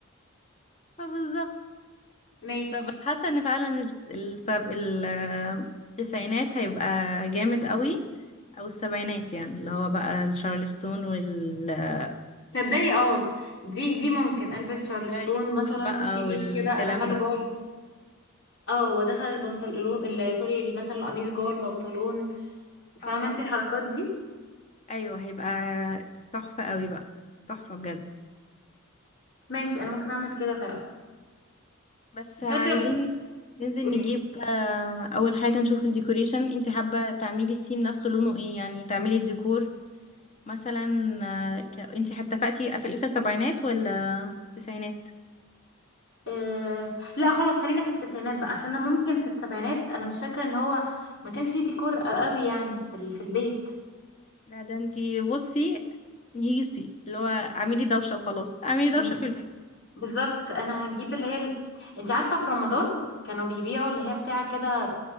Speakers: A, on the left; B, on the left.
A: فبالظبط
B: ماشي
A: ف- بس حاسه ان فعلا الس- السب... ال- آه، التسعينات هيبقى جامد قوي او السبعينات يعني اللي هو بقى الشارلستون وال آه،
B: تصدقي اه دي دي ممكن البس شارلستون
A: داري كول
B: مثلا
A: بقى
B: وشيميس
A: والكلام
B: كده ادخله
A: ده
B: جوه ال- اه وادخل البنطلون ال- سوري مثلا القميص جوه البنطلون فاهمه
A: اه
B: انت الحركات دي
A: ايوه هيبقى تحفه قوي بقى تحفه بجد
B: ماشي انا ممكن اعمل كده فعلا
A: بس عايزين
B: فاكره
A: ننزل
B: قولي
A: نجيب
B: لي
A: آه، اول حاجه نشوف الديكوريشن انت حابه تعملي السيم نفسه لونه ايه يعني تعملي الديكور مثلا آه، ك... انتي اتفقتي في الاخر سبعينات ولا تسعينات
B: إيه لا خلاص خلينا في التسعينات بقى عشان انا ممكن في السبعينات انا مش فاكره ان هو ما كانش فيه ديكور قوي يعني في ال- في البيت
A: لا ده انتي بصي نيسي اللي هو اعملي دوشة وخلاص اعملي دوشة
B: م-
A: في البيت
B: بالظبط انا هجيب اللي هي ال... انت عارفه في رمضان كانوا بيبيعوا اللي هي بتاعه كده